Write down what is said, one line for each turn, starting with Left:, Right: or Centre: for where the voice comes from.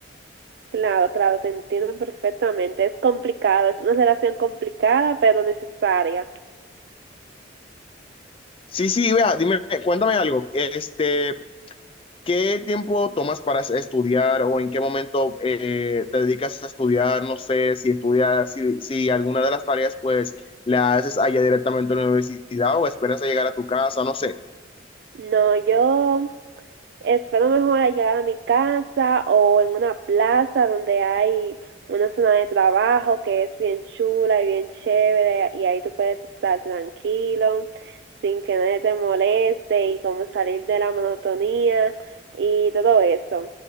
Right: Claro, claro, te entiendo perfectamente, es complicado, es una relación complicada, pero necesaria.
Left: Sí, sí, vea, dime, cuéntame algo. Este, ¿qué tiempo tomas para estudiar o en qué momento eh, te dedicas a estudiar? No sé si estudias, si, si alguna de las tareas, pues, la haces allá directamente en la universidad o esperas a llegar a tu casa, no sé.
Right: No, yo Espero mejor al llegar a mi casa o en una plaza donde hay una zona de trabajo que es bien chula y bien chévere y ahí tú puedes estar tranquilo sin que nadie te moleste y como salir de la monotonía y todo eso.